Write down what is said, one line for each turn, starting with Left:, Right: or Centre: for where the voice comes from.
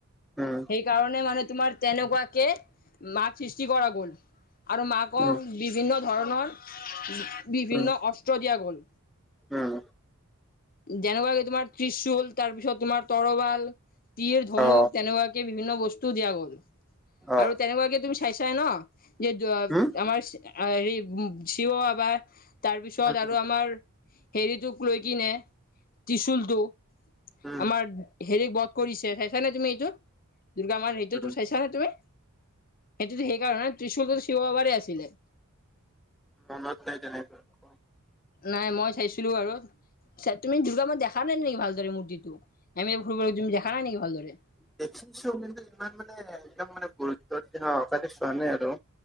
Centre: উম
Left: সেইকাৰণে মানে তোমাৰ তেনেকুৱাকে মাত সৃষ্টি কৰা গ'ল। আৰু মাকক
Centre: উম
Left: বিভিন্ন ধৰণৰ, বিভিন্ন
Centre: উম
Left: অস্ত্ৰ দিয়া গল।
Centre: উম
Left: যেনেকুৱাে তোমাৰ ত্ৰিশুল তাৰপিছত তোমাৰ তৰবাল <inaudible> ধনু
Centre: অ
Left: তেনেকুৱাকে বিভিন্ন বস্তু দিয়া গ'ল,
Centre: অ
Left: আৰু তেনেকুৱাকে তুমি চাই- চাই ন? যে
Centre: উম
Left: আমাৰ হে শিৱ বাবায়ে তাৰপিছত
Centre: উম
Left: আৰু আমাৰ হেৰিটোক লৈ কিনে ত্ৰিশুলটোক
Centre: উম
Left: আমাৰ হেৰি বধ কৰিছে চাইছানে, তুমি এইটো? দুূৰ্গা মাৰ হেয়টো
Centre: উম
Left: তো চাইছা নে তুমি? সেইটোতো, সেইকাৰণে ত্ৰিশুলটো শিৱবাবাৰেই আছিলে।
Centre: <unintelligible>
Left: নাই, মই চাইছিলো আৰু,। তুমি দুৰ্গা মা দেখা নাই নেকি ভালদৰে মূৰ্তিটো আমি ফুৰিবলৈ তুমি দেখা নাই নেকি ভালদৰে
Centre: দেখিছো, কিন্তু ইমান মানে একদম মানে গুৰুত্বৰ দি <inaudible> চোৱা নাই আৰু।